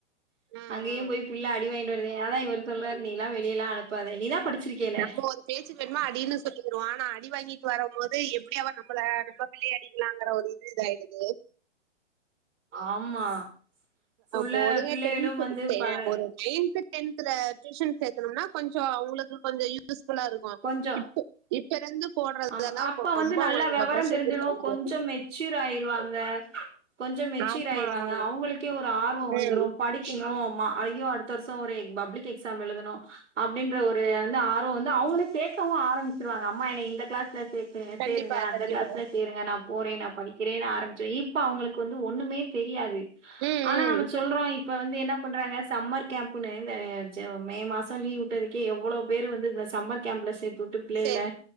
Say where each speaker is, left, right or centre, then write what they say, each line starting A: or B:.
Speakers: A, on the right (about 25°); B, on the right (about 85°).
A: ஆ,
B: அங்கேயு
A: ஆ.
B: போய் புள்ள அடி வாயிண்ட்டு வர தே அதா இவரு சொல்றாரு நீலா வெளியலா அனுப்புதா நீதா படிச்சிர்க்கேல
A: நம்ம ஒரு பேச்சுக்கு வேனுமா அடினு சொல்லிருவோ ஆனா அடி வாங்கிட்டு வரும் போது எப்படி அவ நம்ள நம்ம பிள்ளைய அடிக்கலாங்கிற ஒரு இது இதாயிடுது
B: ஆமா இப்ப உள்ள
A: போதுங்க
B: பிள்ளைகளும்
A: டென்த்
B: வந்து
A: டெ
B: பல
A: ஒரு நைன்த் டென்த்ல டியூஷன் சேத்தனும்னா கொஞ்சோ அவங்களுக்கு கொஞ்சோ யூஸ்ஃபுல்லா இருக்கும்
B: கொஞ்சம்
A: இப்போ இப்ப இருந்து போடுறதெல்லாம்
B: ஆமா அப்பா வந்து
A: ரொம்ப
B: நல்லா
A: அவங்களுக்கு நம்ம
B: விவரம்
A: ப்ரெஷர்
B: தெரிஞ்சிரும்
A: குடுக்குற மாரி
B: கொஞ்சம்
A: இருக்கும்.
B: மெச்சூர் ஆயிருவாங்க கொஞ்சம் மெச்சீர்
A: ஆமா,
B: ஆயிருவாங்க
A: ஆமாங்க.
B: அவங்களுக்கே ஒரு ஆர்வம் வந்துரும்
A: ம்
B: படிக்கணும் ம்மா ஐயோ அடுத்த வருஷம் ஒரு எ பப்ளிக் எக்ஸாம் எழுதணு அப்படின்ற ஒரு வந்து ஆர்வம் வந்து அவங்களு கேக்கவு ஆரம்பிச்சிருவாங்க அம்மா என்ன இந்த கிளாஸ்ல சேத்துங்க
A: கண்டிப்பா
B: சேருங்க அந்த
A: கண்டிப்பா
B: கிளாஸ்ல சேருங்க நா போறே நா படிக் க்கிறேன் ஆரம்பிச்சு இப்ப அவங்களுக்கு வந்து ஒண்ணுமே தெரியாது
A: ம்
B: ஆனா
A: ம்
B: நம்ம சொல்றோ இப்ப வந்து என்ன பண்றாங்க சம்மர் கேம்ப்னு இந்த ச மே மாசம் லீவ் விட்டதுக்கே எவ்வளவு பேர் வந்து இந்த சம்மர் கேம்ப்ல சேத் கூப்ட்டு பிள்ளைகல
A: சரி